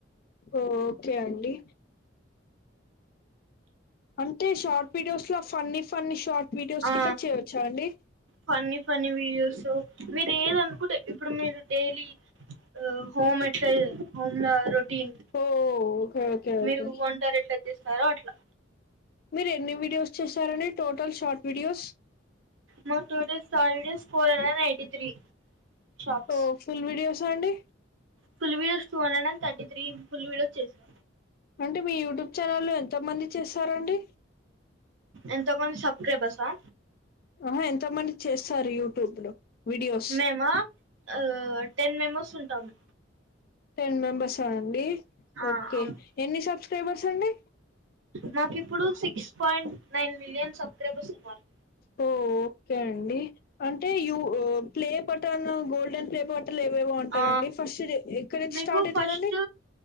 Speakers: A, on the left (about 50°); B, on the right (about 80°).
A: ఓకే అండి అంటే షార్ట్ వీడియోస్ లో ఫన్నీ ఫన్నీ షార్ట్ వీడియోస్
B: ఆ
A: కిట్ల చేయొచ్చా అండి
B: ఫన్నీ ఫన్నీ వీడియోస్ మీరు ఏదనుకుంటే ఇప్పుడు మీరు డైలీ హోమ్ ఎట్ల హోమ్ ల రొటీన్
A: ఓ ఓకే ఓకే ఓకే
B: మీరు వంటారు ఎట్ల చెస్ స్తారో అట్లా
A: మీరు ఎన్ని వీడియోస్ చేసారండి టోటల్ షార్ట్ వీడియోస్
B: మాకు టోటల్ స్టార్ videos four hundred and eighty three shorts
A: ఓ full videos సండి
B: full videos two hundred and thirty three full videos చేసిన
A: అంటే మీ యూట్యూబ్ ఛానల్ల్లో ఎంత మంది చేస్తారండి
B: ఎంత మంది సబ్స్క్రైబర్సా
A: ఆహా ఎంత మంది చేస్తారు యూట్యూబ్ లో వీడియోస్
B: మేము మ్ టెన్ మెంబర్స్ ఉంటాము
A: టెన్ మెంబెర్సా అండి
B: ఆ
A: ఓకే
B: అవును
A: ఎన్ని సబ్స్క్రైబర్స్ అండి
B: మాకు ఇప్పుడు six point nine million subscribers ఉన్నారు
A: ఓ ఓకే అండి అంటే you play button golden play బ టలు ఏవేవో అంటరండి
B: ఆ
A: ఫస్ట్ ఎక్కడ నుంచి
B: మీకు
A: స్టార్ట్ అయితదండి
B: ఫస్ట్